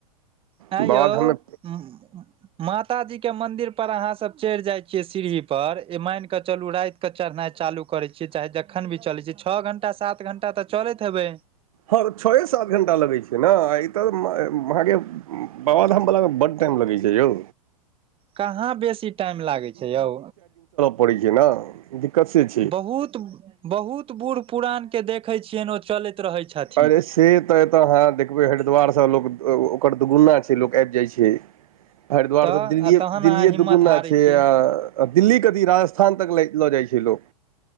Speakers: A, on the right; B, on the right.
A: हं
B: बाबाधाममे
A: ययौ ह माता जी के मंदिर पर अहाँ सब चढ़ जाय छीयै सीढ़ी पर ए मान क चलू राति केऽ चढ़नाइ चालू करै छियै चाहे जखन भी चलै छियै छओ घण्टा सात घण्टा तऽ चलैत हेबइ
B: हँ छओ सात घंटा लगै छै ने ई तऽ अहाँके बाबाधाम बलाके बड टाइम लगय छै यौ
A: कहाँ बेसी टाइम लागै छय यौ
B: पड़ीक ने दिक्कत छय
A: बहुत बहुत बूढ़ पुरानके देखैत छियनि ओ चलैत रहैत छइथ
B: अरे से तऽ एतय अहाँ देखबै हरिद्वारसँ लोक ओकर दुगुना छय लोक आबि जाइत छै हरिद्वारसँ
A: तऽ
B: दिल्लिए
A: तहन
B: दिल्लिए
A: अहाँ हिम्मत
B: दुगुन्ना
A: हारै
B: छय
A: छियै
B: आ दिल्ली कथी राजस्थान तक लऽ जाइ छय लोक